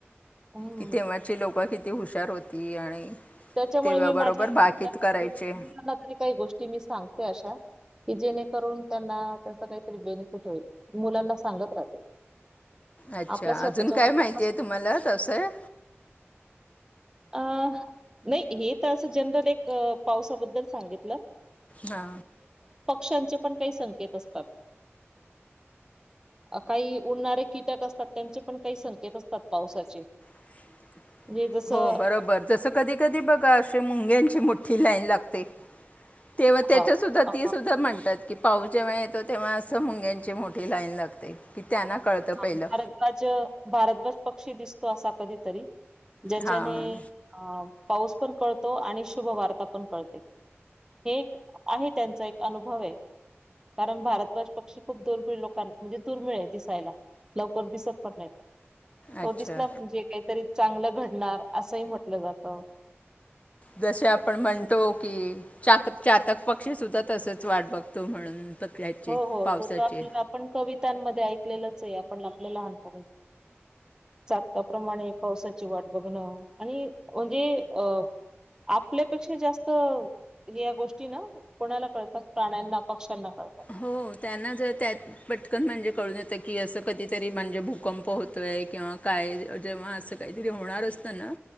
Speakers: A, on the right (about 15°); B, on the left (about 30°).
A: हम्म
B: कि तेव्हाची लोक किती हुशार होती आणि.
A: त्याच्यामुळे
B: तेव्हाबरोबर
A: मी माझ्या
B: बाकीत
A: मुलाना
B: करायचे
A: मुलांना तरी काही गोष्टी मी सांगते अशा. कि जेणेकरून त्यांना त्याच काहीतरी बेनिफिट होईल मुलांना सांगत राह.
B: अच्छा
A: आपल्या स्वतःच्या
B: अजून काय
A: मुलात
B: माहिती
A: कस.
B: आहे तुम्हाला तसं
A: अ नाही हे तर असं जनरल एक पावसाबद्दल सांगितलं.
B: हा.
A: वृक्षांचे पण काही संकेत असतात. काही उडणारे कीटक असतात त्यांचे पण काही संकेत असतात पावसाचे.
B: <inaudible>
A: म्हणजे जसं
B: हो बरोबर जसं कधी कधी बघा अशी मुंग्यांची मोठी लाईन लागते तेव्हा त्याच्या
A: हा
B: सुद्धा
A: हा,
B: ती सुद्धा म्हणतात की पाऊस जेव्हा येतो तेव्हा असं मुंग्यांची मोठी लाईन लागते. की त्यांना कळतं
A: हा
B: पहिलं
A: भारद्वाज भारद्वाज पक्षी दिसतो असा कधीतरी ज्याच्याने
B: हां
A: अ पाऊस पण कळतो आणि शुभ वार्ता पण कळते. हे एक आहे त्यांचा एक अनुभव आहे. कारण भारतद्वाज पक्षी खूप दुर्मिळ लोकां म्हणजे दुर्मिळ आहे. लवकर दिसत पण नाही तो
B: अच्छा
A: दिसला म्हणजे तरी चांगलं घडणार असंही म्हटलं जात.
B: जसे आपण म्हणतो की चातक पक्षी सुद्धा तसच वाट बघतो म्हणून पक्ष्याची
A: हो हो
B: पावसाची
A: तो तर आप आपण कवितांमध्ये ऐकलेलंच आहे आपण आपलं लहानत आहे चातकाप्रमाणे पावसाची वाट बघणं आणि म्हणजे अ आपल्यापेक्षा जास्त हे या गोष्टी ना कोणाला कळतात प्राण्यांना पक्ष्यांना कळतात
B: हो त्यांना जर त्यात पटकन म्हणजे कळून येत कि असं कधीतरी म्हणजे भूकंप होतोय किंवा काय जेव्हा असं काहीतरी होणार असतं ना